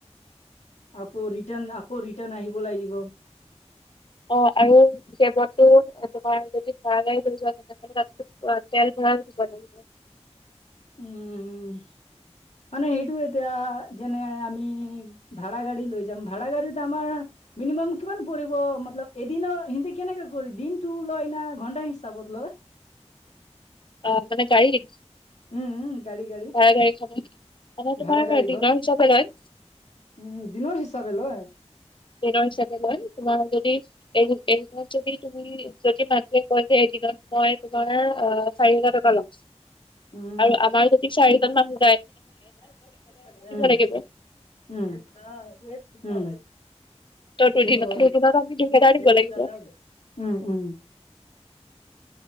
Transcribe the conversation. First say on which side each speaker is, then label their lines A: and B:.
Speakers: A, on the left; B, on the left.
A: আকৌ ৰিটাৰ্ণ আকৌ ৰিটাৰ্ণ আহিব লাগিব।
B: অ' আৰু সেইবোৰত টো তোমাৰ যদি ধৰা যায় ধৰি যোৱা তেনেহ'লে তা তেল। <inaudible>
A: উম উম। মানে সেইটো এতিয়া যেনে আমি ভাড়া গাড়ী লৈ যাম ভাড়া গাড়ীত আমাৰ। মিনিমাম কিমান পৰিব মতলব এদিনৰ সিহতে কেনেকে কৰিব দিনতটো লয় না ঘন্টা হিচাপত লয়। <unintelligible>
B: অ' মানে গাড়ীত
A: উম উম গাড়ী গাড়ী
B: চাৰ তাৰিখখনত মানে তোমাৰ
A: ভাড়া গাড়ীখন
B: দিনৰ হিচাপে লয়।
A: উম দিনৰ হিচাপে লয়।
B: ঋণ হিচাপে লয় তোমাৰ যদি এই এইমাহত যদি তুমি যদি মানুহে কয় যে। দিনত মই তোমাৰ অ' চাৰি হাজাৰ টকা লম
A: উম উম
B: আৰু আমাৰ যদি চাৰিজন মান।
A: <inaudible>
B: লাগিব। ত দুদিনত
A: <unintelligible>
B: দুদিনত আমি দুহেজাৰ দিব লাগিব
A: উম উম। <inaudible>